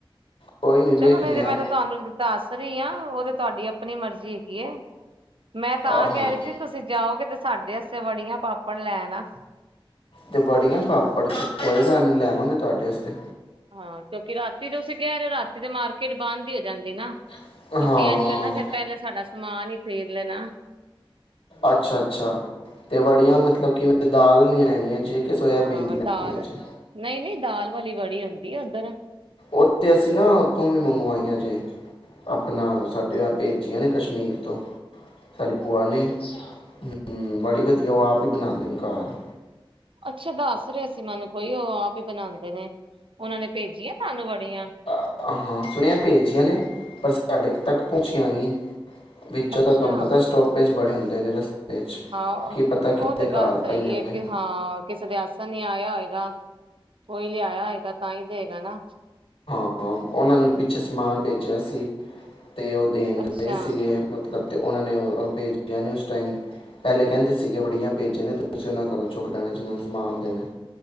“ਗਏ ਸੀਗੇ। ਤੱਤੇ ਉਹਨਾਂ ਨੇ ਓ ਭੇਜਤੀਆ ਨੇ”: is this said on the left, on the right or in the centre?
Left